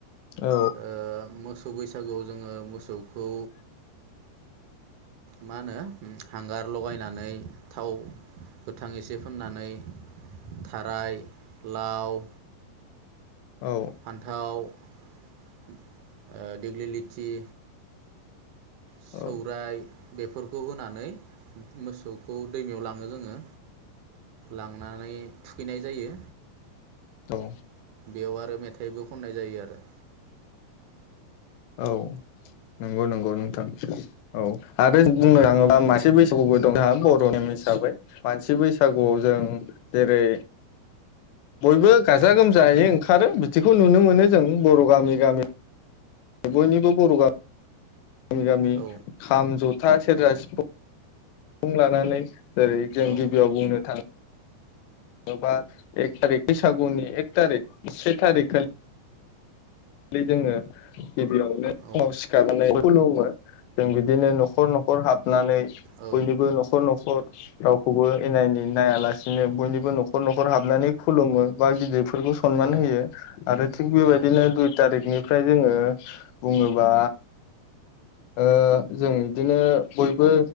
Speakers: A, on the left; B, on the right.
A: औ
B: ओ मोसौ बैसागुआव जोङो मोसौखौ मा होनो हांगार लगायनानै थाव गोथां एसे फोननानै थाराय लाव
A: औ
B: फान्थाव ओ देग्लिलिथि सौराय
A: औ
B: बेफोरखौ होनानै मोसौखौ दैमायाव लाङो जोङो। लांनानै थुखैनाय जायो।
A: औ
B: बेयाव आरो मेथाइबो खननाय जायो आरो।
A: औ नंगौ नंगौ नोंथां औ आरो बुंनो थाङोबा मानसि बैसागुबो दं जोंहा बर' नेम हिसाबै मानसि बैसागुआव जों जेरै बयबो गाजा गोमजायै ओंखारो बिदिखौ नुनो मोनो जों बर' गामि गामि। बयनिबो बर' गा गामि गामि
B: औ
A: खाम जथा सेरजा
B: औ
A: सिफुं फुं लानानै जेरै जों
B: औ
A: गिबियाव बुंनो थाङो जेनबा एक थारिख बैसागुनि एक थारिक से थारिख खालि खालि जोङो गिबियावनो
B: औ
A: फुङाव सिखारनानै खुलुमो जों बिदिनो नखर नख खर हाबनानै
B: औ
A: बयनिबो नखर नखर रावखौबो एना एनि नायालासिनो बयनिबो नखर नखर हाबनानै खुलुमो बा गिदिर फोरखौ समान
B: औ
A: होयो आरो थिक बेबायदिनो
B: औ
A: दु थारिखनिफ्राय जोङो बुङोबा ओ जों बिदिनो बयबो